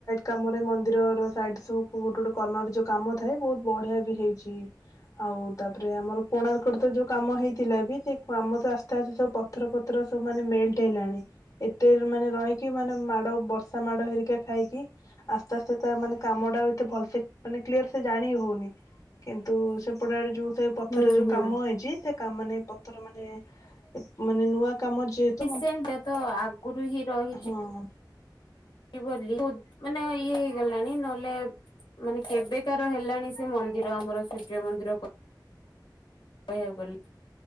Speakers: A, on the left; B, on the left.
A: କମରେ ମନ୍ଦିର <unintelligible> ସାଇଟ୍ ସବୁ କୋଉ ଗୋଟେ ଗୋଟ କର୍ଣ୍ଣର ଯୋଉ କାମ ଥାଏ ବୋହୁତ ବଢ଼ିଆ ବି ହେଇଚି ଆଉ ତାପରେ ଆମର କୋଣାର୍କରେ ତ ଯୋଉ କାମ ହେଇଥିଲା ବି ଏ କାମକୁ ଆସ୍ତେ ଆସ୍ତେ ସବୁ ପା ପଥର ଫଥର ସବୁ ମାନେ ମେଲ୍ଟ ହେଲାଣି ଏତେ ମାନେ ରହିକି ମାନେ ମାଡ଼ ବର୍ ସା ମାଡ଼ ହେରିକା ଖାଇକି ଆସ୍ତେ ଆସ୍ତେ ତା ମାନେ କାମଟା ଏତେ ଭଲସେ ମାନେ କ୍ଲିଅରସେ ଜାଣି ହ ହୋଉନି କିନ୍ତୁ ସେପଟ ଆଡେ ଯୋଉ ସେ ପଥରରେ
B: ହୁଁ
A: ଯୋଉ
B: ହୁଁ
A: କାମ ହେଇଚି ସେ କାମ ନାଇଁ ପ ଥର ମାନେ ମାନେ ନୂଆ କାମ ଯେହେତୁ
B: ଇସେନଟା
A: ମାନେ
B: ତ ଆଗୁରୁ ହିଁ ରହିଚି
A: ହଁ
B: ଇ ବୋଲି ଉ ମାନେ ଇଏ ହେଇଗଲାଣି ନଲେ ମାନେ କେବେକାର ହେଲାଣି ସେ ମନ୍ଦିର ଆମର ସୂର୍ଯ୍ୟ ମନ୍ଦିର କହିବାକୁ ଗଲେ